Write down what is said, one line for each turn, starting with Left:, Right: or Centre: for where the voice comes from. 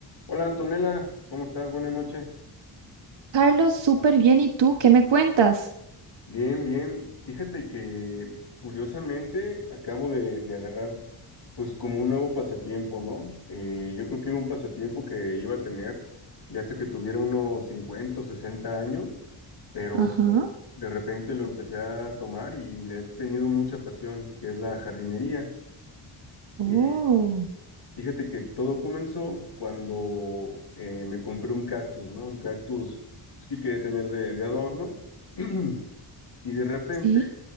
Left: Hola Antonella, ¿cómo estás? Buenas noches.
Right: Carlos, súper bien. ¿Y tú qué me cuentas?
Left: Bien, bien. Fíjate que curiosamente acabo de, de agarrar pues como un nuevo pasatiempo, ¿no? Eh, yo creo que era un pasatiempo que iba a tener ya hasta que tuviera unos 50 o 60 años, pero
Right: Ajá.
Left: de repente lo empecé a tomar y le he tenido mucha pasión, que es la jardinería.
Right: Oh,
Left: Eh, Fíjate que todo comenzó cuando eh, me compré un cactus, ¿no? Un cactus pues, que quería tener de, de adorno. <clears throat> Y de repente,
Right: sí.